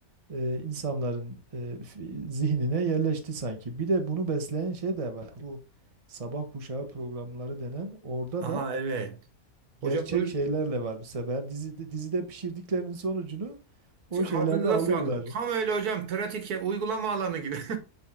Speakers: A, on the right; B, on the right.
A: e, insanların e, fi- zihnine yerleşti sanki. Bir de bunu besleyen şey de var. Bu sabah kuşağı programları denen orada
B: Aha
A: da
B: evet.
A: gerçek
B: Hocam buyurun.
A: şeylerle var bu sefer. Dizide, dizide pişirdiklerinin sonucunu o şeylerde
B: Ağzınıza
A: alıyorlar.
B: sağlık. Tam öyle hocam. Pratik ya, uygulama alanı gibi.